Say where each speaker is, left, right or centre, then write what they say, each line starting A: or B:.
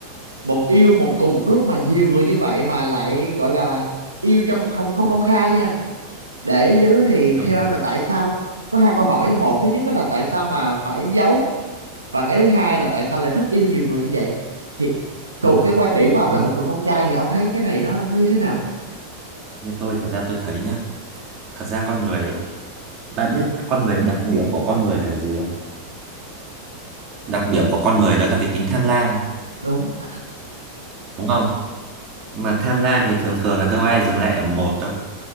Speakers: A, on the right; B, on the right.
A: một yêu một cùng một lúc mà nhiều người như vậy mà lại gọi là yêu trong không không công khai nha. Để ở dưới thì
B: đúng
A: theo
B: rồi
A: em là tại sao? Có hai câu hỏi. Một thứ nhất đó là tại sao mà phải giấu và cái thứ hai là tại sao lại thích yêu nhiều người như vậy? Thì
B: đúng
A: cậu
B: rồi
A: cái quan điểm của ông
B: ừ.
A: là một người con trai thì ông thấy cái này nó nó như thế nào?
B: như tôi thật ra tôi thấy nhá thật ra con người ấy bạn biết con người đặc điểm của con người là gì không đặc điểm của con người đó là cái tính tham lam
A: Đúng. <laughs>
B: đúng không mà tham lam thì thường thường là đâu ai dừng lại ở một đâu